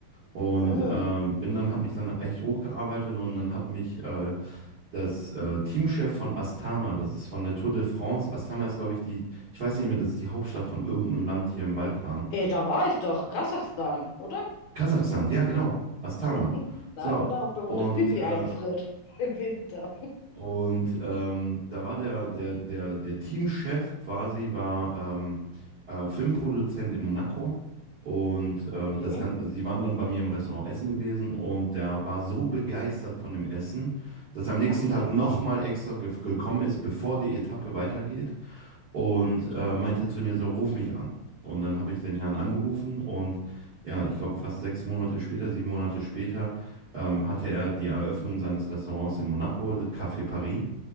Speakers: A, on the right; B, on the left.
A: und
B: Hm.
A: äh, bin dann, habe mich dann echt hochgearbeitet und dann hat mich äh, das äh, Teamchef von Astana, das ist von der Tour de France. Astana ist, glaube ich, die, ich weiß nicht mehr, das ist die Hauptstadt von irgendeinem Land hier im Balkan.
B: Eh, da war ich doch. Kasachstan, oder?
A: Kasachstan, ja, genau, Astana.
B: <laughs> Na
A: So,
B: genau, wo
A: und
B: das Pipi
A: äh,
B: einfriert
A: <laughs>
B: <laughs> im Winter.
A: Und ähm, da war der, der, der, der Teamchef quasi, war ähm, äh, Filmproduzent in Monaco. Und
B: Okay,
A: ähm, das Ganze, also die waren dann bei mir im Restaurant essen gewesen und der war so begeistert von dem Essen, dass er am nächsten
B: okay.
A: Tag nochmal extra ge gekommen ist, bevor die Etappe weitergeht und äh, meinte zu mir so, ruf mich an. Und dann habe ich den Herrn angerufen und ja, ich glaube fast sechs Monate später, sieben Monate später, ähm, hatte er die Eröffnung seines Restaurants in Monaco, das Café Paris.